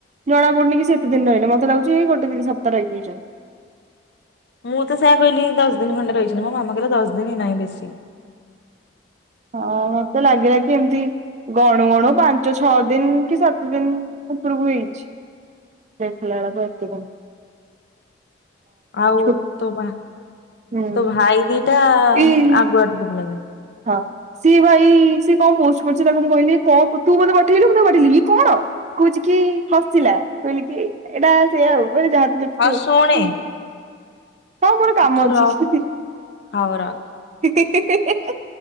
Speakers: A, on the right; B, on the left.
A: ଜଣା ପଡୁନି କି ସେ ଏତେ ଦିନ ରହିଲେ ମତେ ଲାଗୁଚି ଗୋଟେ ଦି ସପ୍ତାହ ହେଇଯାଇଛନ୍ତି
B: ମୁଁ ତ ସେୟା କହିଲି କି ଦଶ ଦିନ ଖଣ୍ଡେ ରହିଛନ୍ତି ମ ମାମା କହିଲା ଦଶ ଦିନି ନାହିଁ ବେଶୀ।
A: ହଁ ମତେ ଲାଗିଲା କି ଏମିତି ଗଣୁ ଗଣୁ ପାଞ୍ଚ ଛଅ ଦିନି କି ସାତ ଦିନ ଉପରକୁ ହେଇଚି। ଦେଖିଲା ବେଳକୁ ଏତିକି
B: ଆଉ
A: ଛୁ
B: ତୋ ଭା
A: ହୁଁ
B: ତୋ ଭାଇ ଦିଟା
A: ଏଇ
B: ଆଗୁଆ ଟିକେ ପଳେଇଲେ।
A: ହଁ। ସିଏ ଭାଇ ସିଏ କଣ ପୋଷ୍ଟ କରୁଛି ତାକୁ ମୁଁ କହିଲି କଣ ପଠେଇବୁ ବୋଲି ପଠେଇନୁ ମୁଁ କହିଲି ଇଏ କଣ। କୋଉଚି କି ହସିଲା କହିଲି କି ଏଇଟା ସେଏ ଆଉ ଯାହା
B: ହଉ
A: ହୁଁ
B: ଶୁଣେ
A: ହଁ ମୋର କାମ
B: ତୁ
A: ଅଛି।
B: ରଖ ହଉ ରଖ
A: ହିଁ ହିଁ ହିଁ ହିଁ ହିଁ ହିଁ।